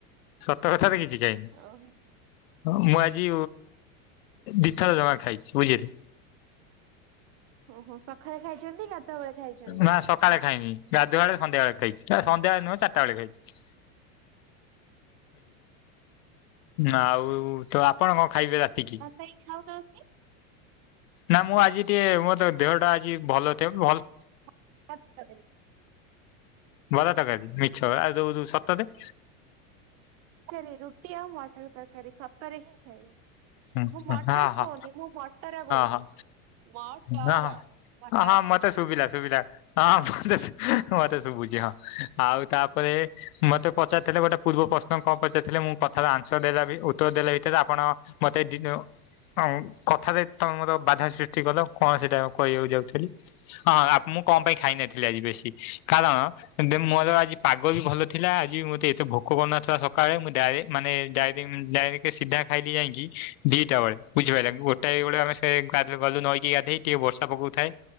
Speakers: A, on the left; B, on the right.
A: ସତ କଥାରେ କିଛି ଖାଇନି।
B: ଓହୋ
A: ହଁ ମୁଁ ଆଜି ଦିଥର ଜମା ଖାଇଛି ବୁଝିଲେ।
B: ଓହୋ ସଖାଳେ ଖାଇଛନ୍ତି ଗାଧୁଆ ବେଳେ ଖାଇଛନ୍ତି।
A: ନା ସକାଳେ ଖାଇନି ଗାଧୁଆ ବେଳେ ସନ୍ଧ୍ୟା ବେଳେ ଖାଇଛି ସନ୍ଧ୍ୟା ବେଳେ ନୁହେଁ ଚାରିଟା ବେଳେ ଖାଇଛି। ଆଉ ତ ଆପଣ କଣ ଖାଇବେ ରାତିକି?
B: କାଇଁ ଖାଉନାହାନ୍ତି?
A: ନା ମୁଁ ଆଜି ଟିକେ ମୋର ଦେହଟା ଆଜି ଭଲ ଥି ଭଲ
B: <unintelligible>
A: ବରା, ତରକାରି ମିଛ ଆଉ ଯୋଉ-ଯୋଉ ସତରେ
B: କାରୀ ରୁଟି ଆଉ ମଟର ତରକାରୀ ସତରେ ହିଁ ଖାଇବି।
A: ହଁ
B: ମୁଁ ମଟନ
A: ହଁ ହଁ
B: କହୁନି ମୁଁ ମଟର କହୁଛି
A: ହଁ
B: ମଟର।
A: ହଁ।
B: ମଟର।
A: ହଁ ମୋତେ ଶୁଭିଲା ଶୁଭିଲା ହଁ ମୋତେ ମୋତେ ଶୁଭୁଚି ହଁ। ଆଉ ତାପରେ ମୋତେ ପଚାରିଥିଲେ ଗୋଟେ ପୂର୍ବ ପ୍ରଶ୍ନ କଣ? ପଚାରିଥିଲେ ମୁଁ କଥାର ଆନସର ଦେଇଥାନ୍ତି ଉତ୍ତର ଦେଇଥିଲେ ଆପଣ ମୋତେ <unintelligible> ହଁ କଥାରେ ତମେ ମୋର ବାଧା ସୃଷ୍ଟି କଲ କଣ ସେଇଟା କହିବାକୁ ଯାଉଥେଲି ହଁ - ମୁଁ କଣ ପାଇଁ ଖାଇନଥିଲି ଆଜି ବେଶୀ କାରଣ ମୋର ଆଜି ପାଗ ବି ଭଲ ଥିଲା ଆଜି ବି ମୋତେ ଏତେ ଭୋକ କରୁନଥିଲା ସକାଳେ ମୁଁ ଡାଇରେକ୍ଟ ମାନେ ଡାଇ ଡାଇରେକ୍ଟ ସିଧା ଖାଇଲି ଯାଇକି ଦିଟା ବେଳେ ବୁଝି ପାରିଲ ଗୋଟାଏ ବେଳେ ଆମେ ସେ ଗାଡ଼ିରେ ଗଲୁ ନଈକି ଗାଧେଇ। ଟିକେ ବର୍ଷା ପକାଉଥାଏ।